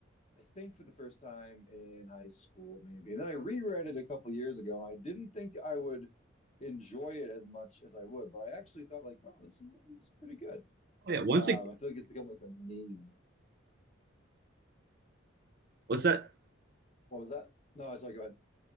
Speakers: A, on the left; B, on the right.
A: I think for the first time in high school, maybe. And then I reread it a couple years ago. I didn't think I would enjoy it as much as I would, but I actually thought like, wow, this is, this is pretty good.
B: Oh, yeah, once
A: Um,
B: again,
A: I feel like it's become like a meme.
B: what's that?
A: What was that? No, sorry, go ahead.